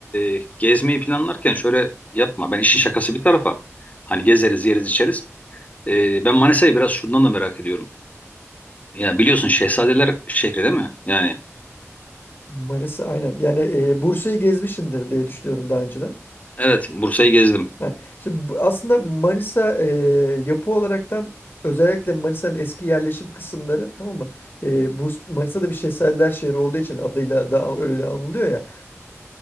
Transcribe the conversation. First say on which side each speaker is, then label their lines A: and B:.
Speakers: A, on the left; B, on the left.
A: e, gezmeyi planlarken şöyle yapma. Ben işin şakası bir tarafa. Hani gezeriz, yeriz, içeriz. E, ben Manisa'yı biraz şundan da merak ediyorum. Ya biliyorsun Şehzadeler şehri değil mi? Yani
B: Manisa aynen. Yani e, Bursa'yı gezmişsindir diye düşünüyorum daha önceden.
A: evet Bursa'yı gezdim.
B: Ha, şimdi bu- aslında Manisa e, yapı olaraktan özellikle Manisa'nın eski yerleşim kısımları tamam mı? E, bu Manisa'da bir şehzadeler şehri olduğu için adıyla da öyle anılıyor ya.